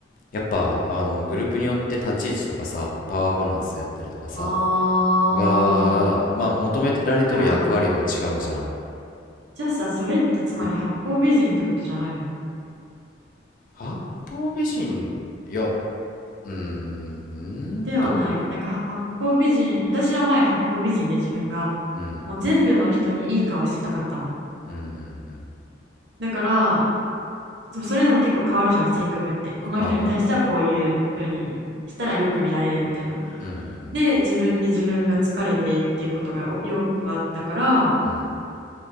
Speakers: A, on the left; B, on the right.
A: やっぱあのグループによって立ち位置とかさ、パワーバランスやったりとかさ、
B: あ
A: が、まあ求められとる役割も違うじゃん。
B: ー、じゃあ、じゃあさ、それってつまり八方美人ってことじゃないの
A: 八方美人、いや、うーん、
B: ではない。
A: どう
B: なんかは八方美人、私は前八方美人で自分が
A: うん、
B: もう全部の人にいい顔してたかったの。
A: うん、うん。
B: だから、でもそれでも結構変わるじゃん、性格って。この人に対してはこういう風にしたらよく見られるみたいな。
A: まあね。うん、
B: で、自分で自分が疲れてっていうことがおよくあったから、
A: うん、